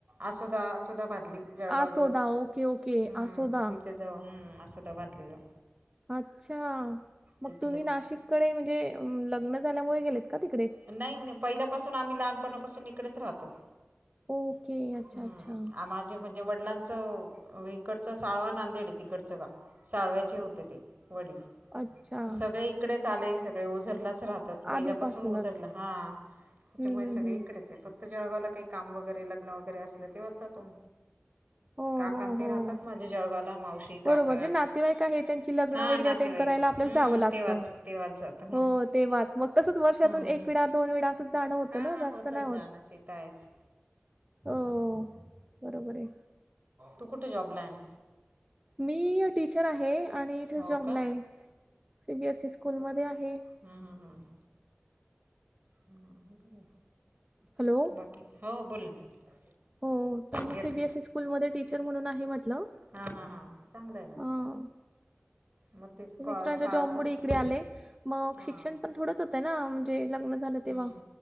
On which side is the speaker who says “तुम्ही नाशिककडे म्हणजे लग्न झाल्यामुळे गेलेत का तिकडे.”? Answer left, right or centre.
Right